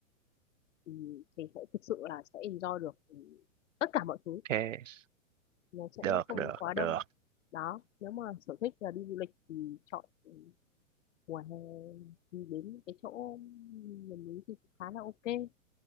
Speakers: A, on the left (about 65°); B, on the right (about 65°).
A: thì, thì sẽ thực sự là sẽ enjoy được ừ, tất cả mọi thứ
B: ok
A: nó sẽ
B: được
A: không
B: được
A: quá đông
B: được
A: đó nếu mà sở thích là đi du lịch thì chọn ừ, mùa hè đi đến cái chỗ miền núi thì cũng khá là ok đấy